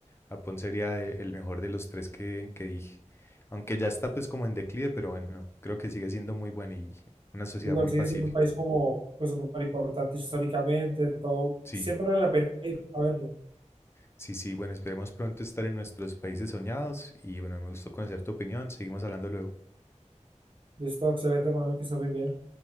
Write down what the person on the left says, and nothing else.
Japón sería e- el mejor de los tres que, que dije. Aunque ya está pues como en declive, pero bueno, no, creo que sigue siendo muy bueno y una sociedad
muy
pacífica.
Sí,
sí, sí, bueno, esperemos pronto estar en nuestros países soñados y bueno, me gustó conocer tu opinión, seguimos hablando luego.